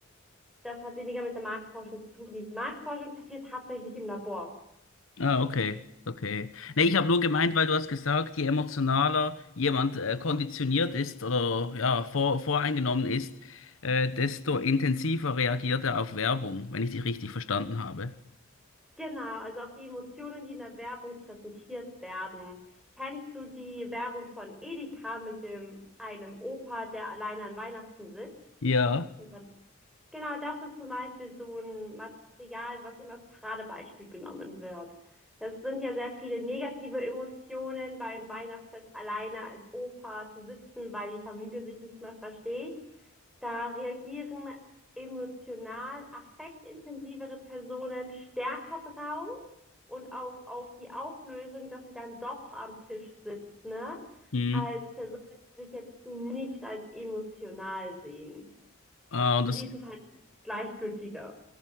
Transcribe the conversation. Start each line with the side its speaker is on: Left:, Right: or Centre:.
Centre: das hat weniger mit der Marktforschung zu tun. Die Marktforschung passiert tatsächlich im Labor.
Left: Ah, okay, okay. Nee, ich habe nur gemeint, weil du hast gesagt, je emotionaler jemand äh, konditioniert ist oder ja, vor, voreingenommen ist, äh, desto intensiver reagiert er auf Werbung, wenn ich dich richtig verstanden habe.
Centre: Genau, also auf die Emotionen, die in der Werbung präsentiert werden. Kennst du die Werbung von Edeka mit dem einem Opa, der alleine an Weihnachten sitzt?
Left: Ja.
Centre: Und dann Genau, das ist zum Beispiel so ein Material, was immer als Paradebeispiel genommen wird. Das sind ja sehr viele negative Emotionen, beim Weihnachtsfest alleine als Opa zu sitzen, weil die Familie sich nicht mehr versteht. Da reagieren emotional affektintensivere Personen stärker drauf und auch auf die Auflösung, dass sie dann doch am Tisch sitzt, ne?
Left: Hm.
Centre: Als Personen, die sich jetzt nicht als emotional sehen.
Left: Ah, und
Centre: Für
Left: das,
Centre: die ist es halt gleichgültiger.